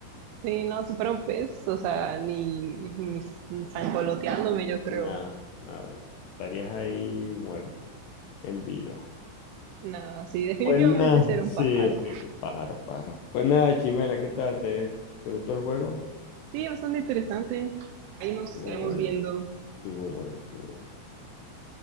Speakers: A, on the right (about 85°); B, on the left (about 80°).
A: sí, no, si fuera un pez, o sea, ni, ni zangoloteándome, yo creo.
B: Nada, nada, nada. Estarías ahí muerto, en vida.
A: No, sí, definitivamente
B: Pues nada,
A: ser
B: sí,
A: un pájaro.
B: sí, pájaro, pájaro. Pues nada, Chimera, ¿qué tal? ¿Te, te gustó el juego?
A: Sí, bastante interesante. Ahí nos
B: Estuvo
A: estaremos
B: bueno,
A: viendo.
B: estuvo bueno, estuvo bueno.